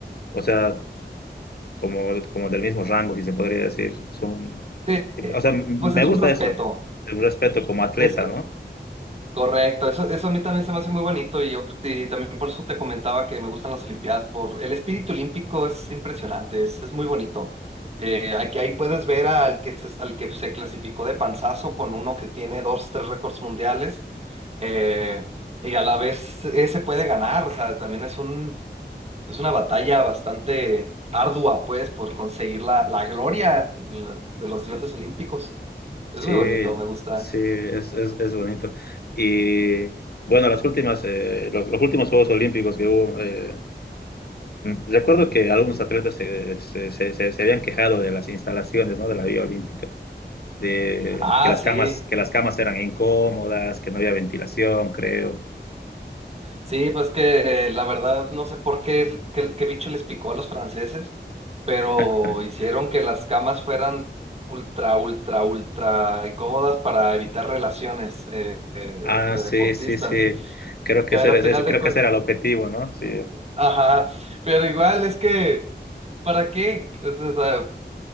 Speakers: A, on the left; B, on the right.
A: o sea, como, como del mismo rango, si se podría decir. Son,
B: Sí,
A: o sea, m- me
B: pues es
A: gusta
B: un respeto.
A: eso, el respeto como atleta,
B: Es
A: ¿no?
B: Correcto, eso, eso a mí también se me hace muy bonito y yo y también por eso te comentaba que me gustan las Olimpiadas, por el espíritu olímpico es impresionante, es, es muy bonito. Eh, aquí ahí puedes ver al que se, al que se clasificó de panzazo con uno que tiene dos, tres récords mundiales eh, y a la vez ese puede ganar, o sea, también es un, es una batalla bastante ardua pues por conseguir la, la gloria la- de los dioses olímpicos. Es
A: Sí,
B: muy bonito, me gusta.
A: sí, es, es, es bonito. Y bueno, las últimas, eh, los, los últimos Juegos Olímpicos que hubo, eh, mm, recuerdo que algunos atletas se, se, se, se- se habían quejado de las instalaciones, ¿no? De la vía olímpica, de
B: Ah,
A: que las
B: sí.
A: camas, que las camas eran incómodas, que no había ventilación, creo.
B: Sí, pues que eh, la verdad no sé por qué, es- qué, qué bicho les picó a los franceses, pero
A: <laughs>
B: hicieron que las camas fueran ultra, ultra, ultra incómodas para evitar relaciones eh, eh,
A: Ah,
B: entre
A: sí,
B: deportistas.
A: sí, sí. Creo que
B: Pero
A: ese era,
B: al final
A: ese-
B: de
A: creo
B: cuentas,
A: que ese era el objetivo, ¿no? Sí,
B: ajá, pero igual es que, ¿para qué? Es- es, eh,